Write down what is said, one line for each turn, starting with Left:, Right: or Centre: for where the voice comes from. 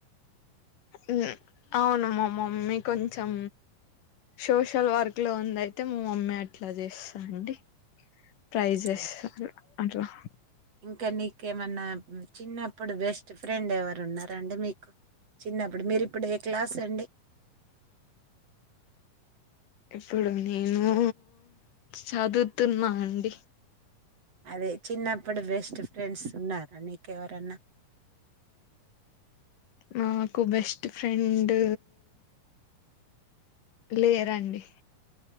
Left: ఉమ్ అవును మా మమ్మీ కొంచెం సోషల్ వర్క్ లో ఉంది అయితే మా మమ్మీ అట్లా చేస్తా అండి ట్రై
Right: ఆ!
Left: చేస్తారు అట్లా
Right: ఇంకా నీకేమన్నా చిన్నప్పుడు బెస్ట్ ఫ్రెండ్ ఎవరు ఉన్నారండి మీకు చిన్నప్పుడు మీరి ఇప్పుడు ఏ క్లాస్ అండి
Left: ఇప్పుడు నేను చదువుతున్నా అండి
Right: అదే చిన్నప్పుడు బెస్ట్ ఫ్రెండ్స్ ఉన్నారా నీకెవరన్నా
Left: నాకు బెస్ట్ ఫ్రెండ్ లేరండి